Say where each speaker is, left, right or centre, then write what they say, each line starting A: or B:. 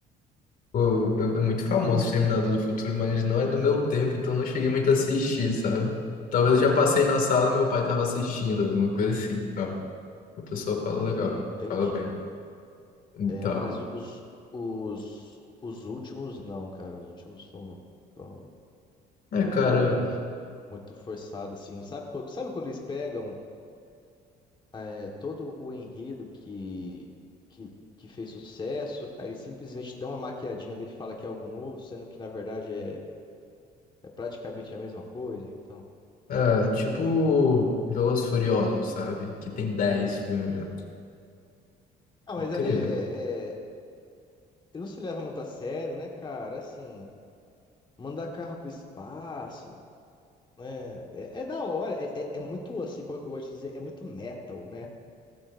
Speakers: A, on the left; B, on the left.
A: Pô, eu- é muito famoso Exterminador do Futuro, mas não é do meu tempo, então não cheguei muito a assistir, sabe? Talvez eu já passei na sala e meu pai tava assistindo, alguma coisa assim, tal. O pessoal fala
B: Hum,
A: legal,
B: entendi.
A: fala bem, e
B: É,
A: tal.
B: não, mas os, os, os últimos não, cara. Os últimos foram, foram
A: É,
B: muito,
A: cara,
B: muito forçados, assim. Sabe, quando- sabe quando eles pegam é, todo o enredo que, que, que fez sucesso, aí eles simplesmente dão uma maquiadinha nele e fala que é algo novo, sendo que na verdade é, é praticamente a mesma coisa, então.
A: é, tipo Velozes e Furiosos, sabe? Que tem 10 filmes, né?
B: Ah, mas
A: Incrível.
B: ali é, é- é, ele não se leva muito a sério, né, cara? Assim, mandar carro pro espaço. É, é, é da hora, é, é, é muito assim, como é que eu gosto de dizer, é muito metal, né?